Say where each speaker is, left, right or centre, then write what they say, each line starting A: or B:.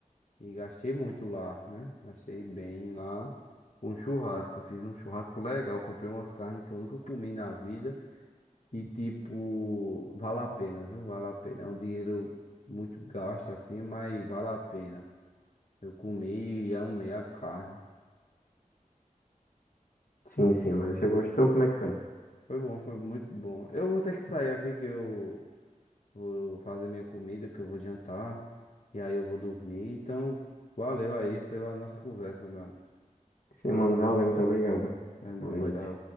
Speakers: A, on the left (about 60°); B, on the left (about 85°).
A: E gastei muito lá, né? Gastei bem lá com churrasco. Eu Fiz um churrasco legal, comprei umas carnes que eu nunca comi na vida. E, tipo, vale a pena, viu? Vale a pena. É um dinheiro muito gasto assim, mas vale a pena. Eu comi e amei a carne.
B: Sim, sim, mas você gostou? Como é que foi?
A: Foi bom, foi muito bom. Eu vou ter que sair aqui que eu vou fazer minha comida, que eu vou jantar. E aí eu vou dormir. Então, valeu aí pela nossa conversa, mano.
B: Sim, mano, valeu, muito obrigado.
A: É
B: Boa
A: nóis,
B: noite.
A: tchau.